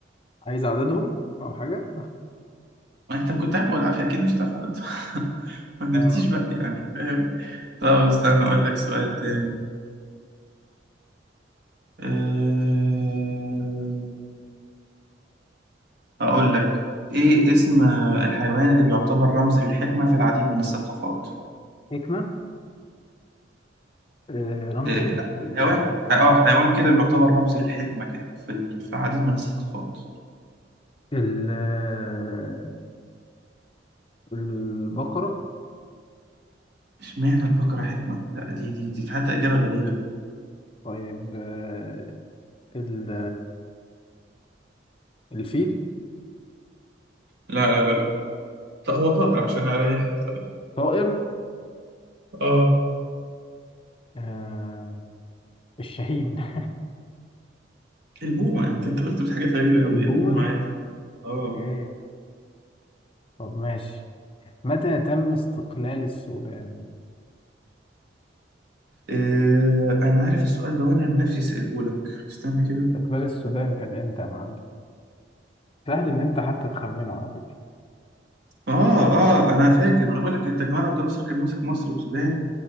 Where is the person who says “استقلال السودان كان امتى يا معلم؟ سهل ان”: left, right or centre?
Left